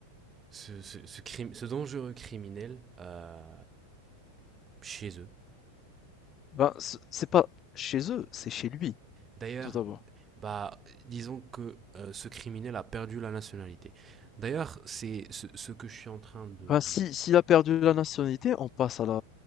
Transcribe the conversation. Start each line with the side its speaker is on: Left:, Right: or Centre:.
Right: ce, ce, ce crime, ce dangereux criminel euh, chez eux.
Left: Ben, c c'est pas chez eux, c'est chez lui,
Right: D'ailleurs,
Left: tout d'abord.
Right: bah, disons que euh, ce criminel a perdu la nationalité. D'ailleurs, c'est ce, ce, que je suis en train de,
Left: Ben, si s'il a perdu la nationalité, on passe à la